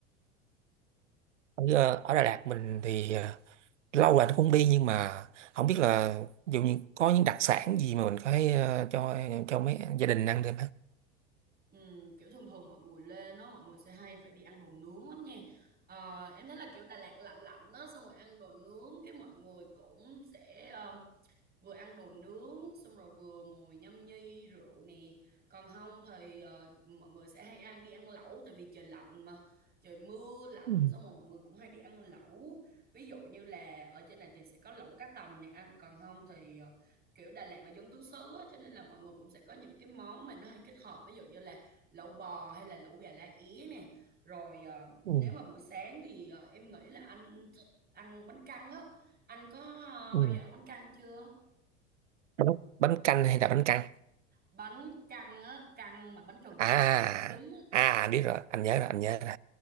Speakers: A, on the right; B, on the right.
A: ở ờ, ở Đà Lạt mình thì ờ, lâu rồi nó cũng đi nhưng mà không biết là ví dụ như có những đặc sản gì mà mình có thể ờ, cho cho mấy gia đình ăn được
B: Ừm, kiểu thường thường mọi người lên nó mọi người sẽ hay phải đi ăn đồ nướng lắm nha Ờ, em thấy là kiểu Đà Lạt lạnh lạnh đó xong rồi ăn đồ nướng cái mọi người cũng sẽ ờ, vừa ăn đồ nướng xong rồi vừa ngồi nhâm nhi rượu nè còn không thì ờ, mọi người sẽ hay ăn đi ăn lẩu tại vì trời lạnh mà trời mưa lạnh
A: ừ,
B: xong rồi mọi người cũng hay đi ăn lẩu ví dụ như là ở trên này thì sẽ có lẩu cá tầm này anh còn không thì ờ, kiểu Đà Lạt là dân tứ xứ á, cho nên là mọi người cũng sẽ có những cái món mà nó hay kết hợp ví dụ như là lẩu bò hay là lẩu gà lá é nè rồi ờ,
A: ừ,
B: nếu mà buổi sáng thì ờ, em nghĩ là anh thích ăn bánh căn á anh có ờ,
A: ừ.
B: bao giờ ăn bánh căn chưa
A: bánh ốc, bánh canh hay là bánh căn
B: bánh căn á căn mà bánh tròn
A: à
B: tròn với trứng á
A: à biết rồi anh nhớ rồi anh nhớ rồi